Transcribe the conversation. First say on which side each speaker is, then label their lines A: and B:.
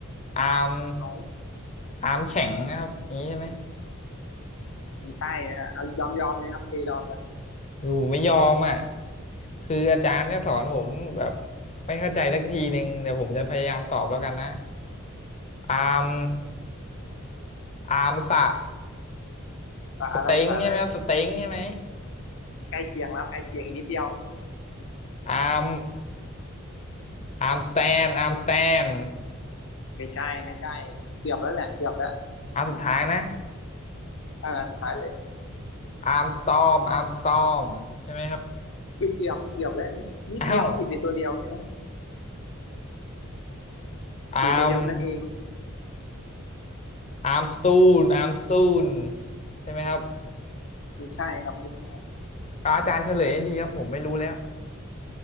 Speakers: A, on the left; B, on the left.
A: อาร์ม
B: เอา
A: อาร์มแข็งนะครับนี้ใช่ไหม
B: ไม่ใช่นะฮะเอายอมยอมเลยครับตียอมเลย
A: คือผมไม่ยอมอ่ะคืออาจารย์เนี่ยสอนผมแบบไม่เข้าใจสักทีหนึ่งเดี๋ยวผมจะพยายามตอบแล้วกันนะอาร์มอาร์มสะ
B: ภาษาอะไรภาษาอะไร
A: สเต็งใช่ไหมครับสเต็งใช่ไหม
B: ใกล้เคียงแล้วใกล้เคียงอีกนิดเดียว
A: อาร์มอาร์มสแตนอาร์มสแตน
B: ไม่ใช่ไม่ใช่เกือบแล้วแหละเกือบแล้ว
A: อาร์มสุดท้ายนะ
B: เอาอันสุดท้ายเลย
A: อาร์มสตอมอาร์มสตอมใช่ไหมครับ
B: เฮ้ยเกือบเกือบแล้วอันนี้นิดเดียวผิดไปตัวเดียวแค่นั้น
A: อ้าวอาร์ม
B: ผิดไปตัวเดียวแค่นั้นเอง
A: อาร์มสตูนอาร์มสตูนใช่ไหมครับ
B: ไม่ใช่ครับไม่ใช่
A: ก็อาจารย์เฉลยให้ทีครับผมไม่รู้แล้ว